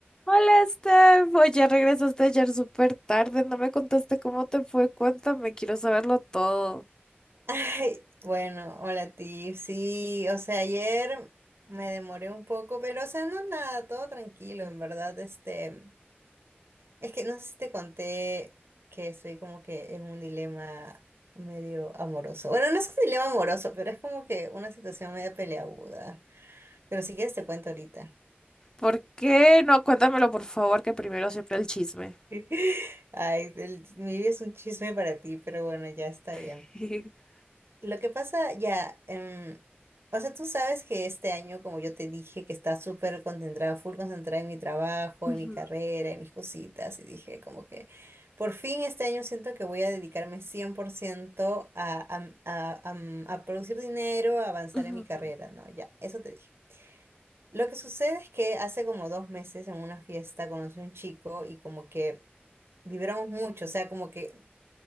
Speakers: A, on the left (about 20°); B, on the right (about 85°).
A: Hola, Steph. Oye, regresaste ayer súper tarde. No me contaste cómo te fue. Cuéntame, quiero saberlo todo.
B: Ay, bueno, hola a ti. Sí, o sea, ayer me demoré un poco, pero o sea, no es nada, todo tranquilo, en verdad. Este, es que no sé si te conté que estoy como que en un dilema medio amoroso. Bueno, no es un dilema amoroso, pero es como que una situación media peleaguda. Pero si quieres te cuento ahorita.
A: ¿Por qué? No, cuéntamelo, por favor, que primero siempre el chisme.
B: <laughs> Ay, el- mi vida es un chisme para ti, pero bueno, ya está bien.
A: <laughs>
B: Lo que pasa ya, em, o sea, tú sabes que este año, como yo te dije, que está súper concentrada, full concentrada en mi trabajo,
A: Ujú,
B: en mi carrera, en mis cositas, y dije como que por fin este año siento que voy a dedicarme 100% a, a, a, a a producir dinero, a avanzar
A: ujú.
B: en mi carrera, ¿no? Ya, eso te dije. Lo que sucede es que hace como dos meses en una fiesta conocí a un chico y como que vibramos mucho, o sea, como que